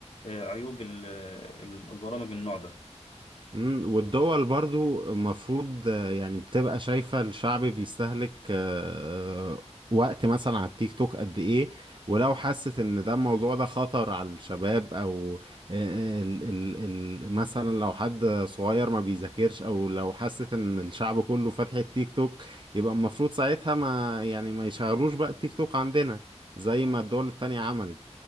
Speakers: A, on the left (about 65°); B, on the right (about 45°).
A: آه، عيوب ال- ال- البرامج من النوع ده
B: مم، والدول برضو المفروض آه، يعني بتبقى شايفة الشعب بيستهلك آه، آه، وقت مثلا على التيك توك قد ايه ولو حست ان ده الموضوع ده خطر على الشباب او آه، آه، ال ال ال مثلا لو حد صغير ما بيذاكرش او لو حست ان الشعب كله فاتح التيك توك يبقى المفروض ساعتها ما يعني ما يشغلوش بقى التيك توك عندنا زي ما الدول التانية عملت